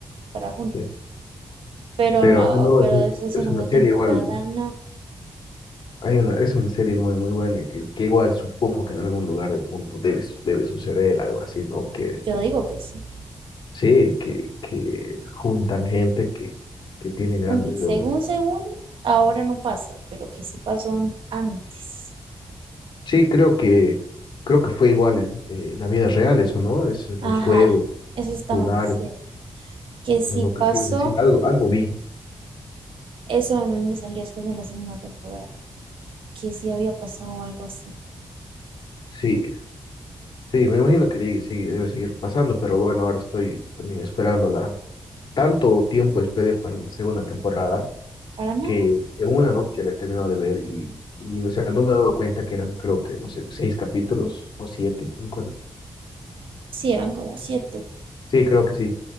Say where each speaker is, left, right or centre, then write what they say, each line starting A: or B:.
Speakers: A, on the right (about 85°); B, on the left (about 65°).
A: para junio.
B: Sí.
A: Pero
B: Pero
A: no,
B: o sea, no,
A: pero
B: es, un-
A: esa segunda
B: es una serie
A: temporada
B: igual,
A: no.
B: hay una, es una serie muy, muy buena y que, que igual supongo que en algún lugar del mundo debe, su- debe suceder algo así, ¿no? Que
A: Yo digo que sí.
B: Sí, que, que juntan gente que, que tiene grandes
A: Aunque según,
B: deudas.
A: según, ahora no pasa, pero que sí pasó an- antes.
B: Sí, creo que, creo que fue igual en, eh, en la vida real eso, ¿no? Es los
A: Ajá,
B: juegos,
A: eso estaban
B: lugares,
A: diciendo. Que sí
B: las locaciones,
A: pasó,
B: sí, algo, algo vi.
A: eso a mí me salió después de la segunda temporada. que sí había pasado algo así.
B: Sí, sí, me imagino que di- sí, debe seguir pasando, pero bueno, ahora estoy también esperándola. Tanto tiempo esperé para la segunda temporada
A: Para nada.
B: que en una noche la he terminado de ver y, y, o sea, no me he dado cuenta que eran, creo que, no sé, seis capítulos o siete, ¿no?
A: Sí, eran como siete.
B: Sí, creo que sí.